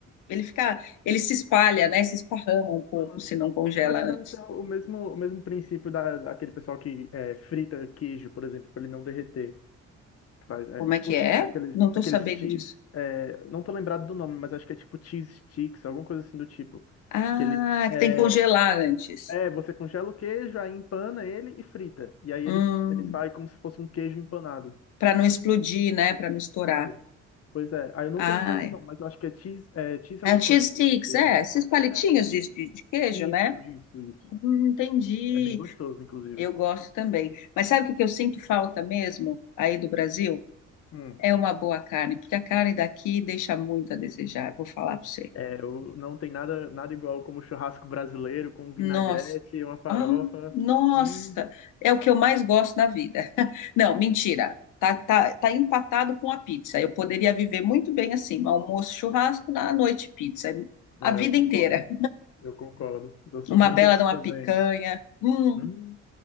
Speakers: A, on the left (about 85°); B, on the left (about 50°).
A: Ele fica, ele se espalha, né? Se esparrama um pouco
B: Uhum.
A: se não congela
B: Eu acho
A: antes.
B: que deve ser o mesmo, o mesmo princípio da, daquele pessoal que é, frita queijo, por exemplo, para ele não derreter. Que Faz, é,
A: Como
B: tipo
A: é que
B: é,
A: é?
B: aqueles,
A: Não estou
B: aqueles
A: sabendo
B: cheese,
A: disso.
B: é, não tô lembrado do nome, mas acho que é tipo cheese sticks, alguma coisa assim do tipo.
A: Ah,
B: Que ele, é,
A: que tem que congelar antes.
B: É, você congela o queijo, aí empana ele e frita. E aí
A: Hum,
B: ele, ele sai como se fosse um queijo empanado.
A: para não explodir, né? Para não
B: Isso.
A: estourar.
B: Pois é. Aí eu não
A: Ah,
B: tô lembrando do
A: é.
B: nome, mas eu acho que é cheese, é cheese
A: Ah,
B: alguma
A: cheese
B: coisa.
A: sticks,
B: Cheese bacon.
A: é, esses palitinhos
B: É.
A: de, de- de queijo,
B: Isso,
A: né?
B: isso, isso.
A: Hum, entendi.
B: É bem gostoso, inclusive.
A: Eu gosto também. Mas sabe o que que eu sinto falta mesmo aí do Brasil?
B: Hum.
A: É uma boa carne, porque a carne daqui deixa muito a desejar, vou falar para você.
B: É, eu, não tem nada, nada igual como churrasco brasileiro com vinagrete
A: Nossa.
B: e uma farofa.
A: Ah, nossa.
B: Hum.
A: É o que eu mais gosto na vida. <laughs> Não, mentira. Tá, tá, tá empatado com a pizza. Eu poderia viver muito bem assim, no almoço, churrasco, na noite, pizza. A
B: É,
A: vida
B: eu concordo.
A: inteira.
B: Eu concordo. Eu sou
A: Uma
B: bem
A: bela
B: desse
A: de uma
B: também.
A: picanha. Hum,
B: Hum.